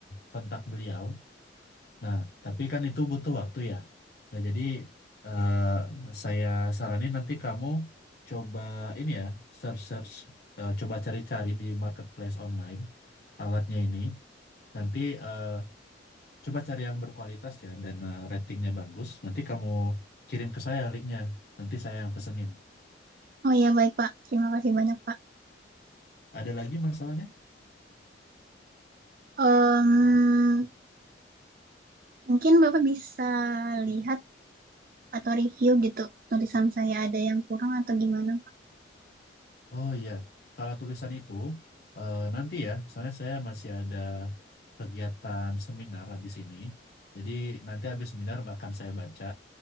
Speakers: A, on the left (about 55°); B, on the right (about 50°).
A: kontak beliau. Nah, tapi kan itu butuh waktu ya. Nah, jadi eh, saya saranin nanti kamu coba ini ya, search search, coba cari-cari di marketplace online alatnya ini. Nanti eh, Coba cari yang berkualitas ya dan eh, ratingnya bagus. Nanti kamu kirim ke saya linknya. Nanti saya yang pesenin.
B: Oh ya, baik Pak. Terima kasih banyak Pak.
A: Ada lagi masalahnya?
B: Em, mungkin Bapak bisa lihat atau review gitu tulisan saya ada yang kurang atau gimana Pak.
A: Oh iya, kalau tulisan itu eh, nanti ya, soalnya saya masih ada kegiatan seminar habis ini. Jadi nanti habis seminar bahkan saya baca.